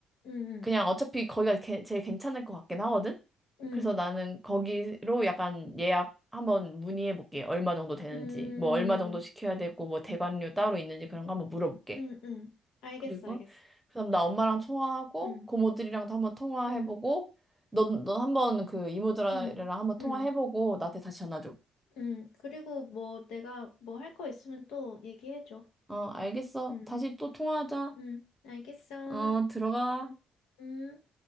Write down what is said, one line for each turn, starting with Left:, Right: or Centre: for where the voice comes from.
Left: 응,
Centre: 그냥 어차피 거기가 게- 제일 괜찮을 것 같긴 하거든.
Left: 응,
Centre: 그래서 나는 거기로 약간 예약 한번 문의해 볼게. 얼마 정도 되는지,
Left: 응,
Centre: 뭐 얼마 정도 시켜야 되고 뭐 대관료 따로 있는지 그런 거 한번 물어볼게.
Left: 응, 응, 알겠어,
Centre: 그리고
Left: 알겠어.
Centre: 그다음 나 엄마랑 통화하고
Left: 응,
Centre: 고모들이랑도 한번 통화해보고
Left: 응.
Centre: 넌너 한번 그 이모들이랑
Left: 응,
Centre: 한번 통화해보고
Left: 응,
Centre: 나한테 다시 전화 줘.
Left: 응. 그리고 뭐 내가 뭐 할 거 있으면 또 얘기해줘.
Centre: 어, 알겠어.
Left: 응,
Centre: 다시 또 통화하자.
Left: 응. 알겠어.
Centre: 어, 들어가.
Left: 응, 응.